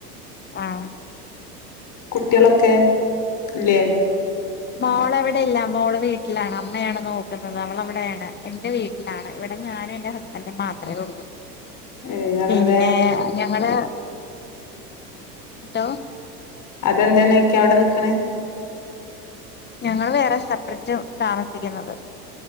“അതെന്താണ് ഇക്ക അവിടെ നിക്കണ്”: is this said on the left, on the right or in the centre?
Left